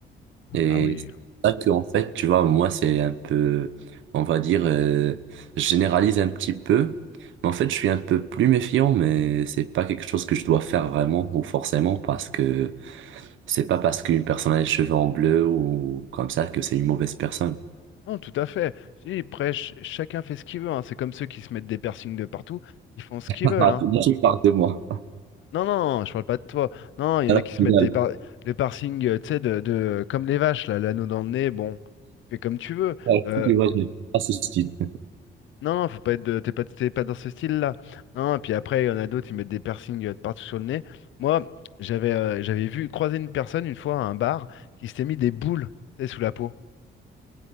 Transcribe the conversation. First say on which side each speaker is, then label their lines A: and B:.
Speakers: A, on the right (about 75°); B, on the left (about 75°).
A: Et
B: Ah oui.
A: c'est pour ça que, en fait, tu vois, moi, c'est un peu, on va dire, euh, je généralise un petit peu, mais en fait, je suis un peu plus méfiant, mais c'est pas quelque chose que je dois faire vraiment ou forcément parce que c'est pas parce qu'une personne a les cheveux en bleu ou comme ça que c'est une mauvaise personne.
B: Non, tout à fait. Je dis, après, ch- chacun fait ce qu'il veut. hein. C'est comme ceux qui se mettent des piercings de partout. Ils font ce
A: <laughs>
B: qu'ils veulent.
A: Ah,
B: hein.
A: tout le monde parle de moi.
B: Non, non, je parle pas de toi. Non, il
A: Voilà,
B: y en a qui se
A: génial.
B: mettent des par- le parsing, euh, tu sais, de, de- comme les vaches, là, l'anneau dans le nez, bon, tu fais comme tu veux.
A: Ah,
B: Euh,
A: si tu vois, j'ai pas ce style.
B: non, non, faut pas être de- t'es pas, t'es pas dans ce style-là. Non, puis après, il y en a d'autres, ils mettent des piercings euh, de partout sur le nez. Moi, j'avais euh, j'avais vu croiser une personne une fois à un bar qui s'était mis des boules, tu sais, sous la peau.